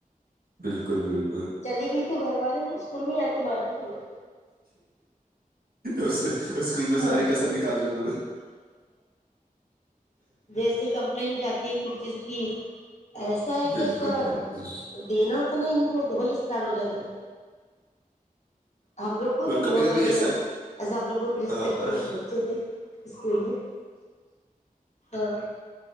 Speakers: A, on the right; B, on the left.
A: بالکل بالکل
B: چلی گئی تو گھر والے کلمی آا کے مارتےینے
A: اس اس اسکول میں
B: ہاں
A: ساری کسر نکال لیتے تھے
B: جیسی کمپلینٹ جاتی کچھکی ایسا ہے
A: بالکل
B: کیا سر
A: بالکل
B: تو دینا تھا نا ان کو دبئی اسٹارٹ ہو جاتے ہیں ہم لوگ کو
A: اور
B: تو نہیں
A: کبھی
B: ہوگبھی
A: کبھی ایسا
B: ایزا ایزا ہم لوگ بہت رسپیکٹ
A: ہاں، اور
B: فل بچے تھے اسکول میں ہاں <inaudible>